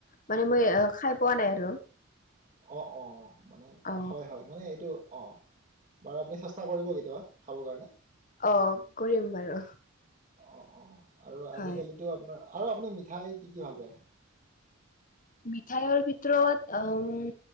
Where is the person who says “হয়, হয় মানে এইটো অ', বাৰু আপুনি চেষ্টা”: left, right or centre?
Right